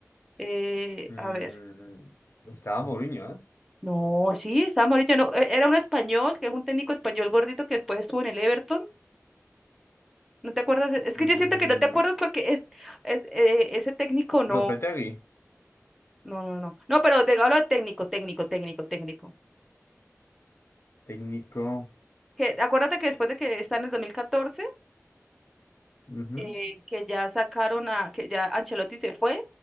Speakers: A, in the centre; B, on the left (about 50°).
A: Eh,
B: Mm,
A: a ver.
B: estaba Mourinho, ¿eh?
A: No, sí, estaba Murillo, no, e- era un español, que es un técnico español gordito que después estuvo en el Everton, ¿No te acuerdas? de- Es
B: Mm,
A: que yo siento que no te acuerdas porque es, es eh, ese técnico no.
B: Lopetegui,
A: No, no, no. No, pero de, hablo de técnico, técnico, técnico, técnico.
B: técnico.
A: Que acuérdate que después de que está en el 2014,
B: Ujú.
A: eh, que ya sacaron a, que ya Ancelotti se fue